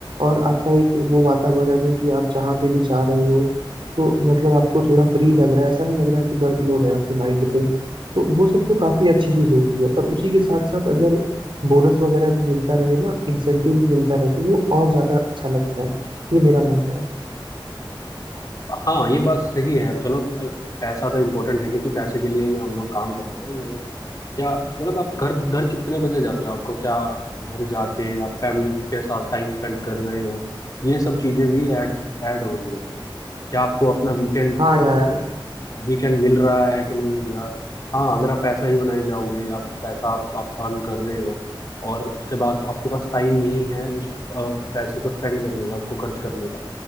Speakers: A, on the right (about 70°); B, on the left (about 40°).
A: और आपका एक वो वातावरण है कि आप जहाँ पे भी जा रहे हो तो मतलब आपको थोड़ा फ्री लग रहा है ऐसा नहीं लग रहा है कि वर्कलोड है आपके माइंड पे तो वो सब तो काफी अच्छी चीज होती है पर उसी के साथ साथ अगर बोनस वगैरह भी मिलता रहे ना इंसेंटिव भी मिलता रहे तो वो और ज्यादा अच्छा लगता है ये मेरा मानना है
B: हाँ ये बात सही है अब चलो अब पैसा तो इम्पोर्टेंट है क्योंकि पैसे के लिए ही हम लोग काम कर रहे हैं मतलब क्या मतलब आप घर घर कितने बजे जाते हो आपको क्या घर जाके आप फैमिली के साथ टाइम स्पेंड कर रहे हो ये सब चीजें भी ऐड ऐड हो रही हैं क्या आपको अपना वीकेंड
A: हाँ और यार
B: वीकेंड मिल रहा है कि नहीं मिल रहा हाँ अगर आप पैसा ही बनाए जाओगे आप पैसा आप, आप अर्न कर रहे हो और उसके बाद आपके पास टाइम नहीं है उस अ, पैसे को स्पेंड करने का उसको खर्च करने का